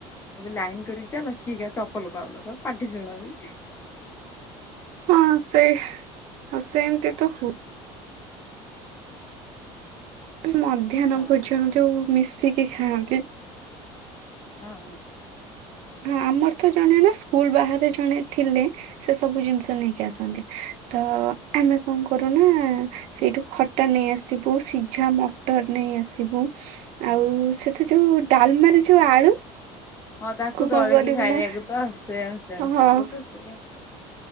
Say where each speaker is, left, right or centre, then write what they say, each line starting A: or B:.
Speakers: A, on the left; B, on the right.
A: ଲାଇନ୍ କରିକି ଚାଲ, କିଏ ଚପଲ ପାଉନ ତ ପାଟିଶୁଣାନି।
B: ହଁ ସେଇ ସେମତି ତ ହ ମଧ୍ୟାହ୍ନ
A: ହଁ
B: ଭୋଜନ ଯଉ ମିଶିକି ଖାଆନ୍ତି
A: ହଁ।
B: ହଁ ଆମର ତ ଜଣେ ନା ସ୍କୁଲ ବାହାରେ ଜଣେ ଥିଲେ। ସେ ସବୁ ଜିନିଷ ନେଇକି ଆସନ୍ତି। ତ ଆମେ କଣ କରୁନା ସେଇଠୁ ଖଟା ନେଇ ଆସିବୁ ସିଝା ମଟର ନେଇ ନେଇ ଆସିବୁ।
A: ହୁଁ।
B: ଆଉ ସେଥି ଯୋଉ ଡାଲମାରେ ଯୋଉ ଆଳୁ
A: ହଁ ତାକୁ ଦଳିକି
B: କଣ କରିବୁ
A: ଖାଇବାକୁ
B: ନା
A: ତ ସେମ୍ ସେମଟ
B: ହଁ
A: ସବୁ ତ ସେମ୍।